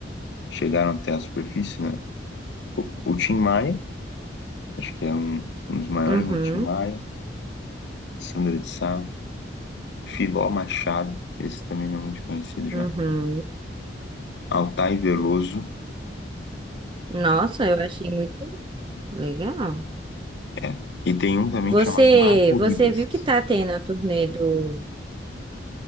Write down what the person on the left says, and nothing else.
chegaram até a superfície, né? O, o Tim Maia, acho que é um, um dos maiores,
né? Tim Maia, Sandra de Sá, Filó Machado, esse também não é muito conhecido já.
Altai Veloso,
é. E tem um também
chamado Marco
Ribas,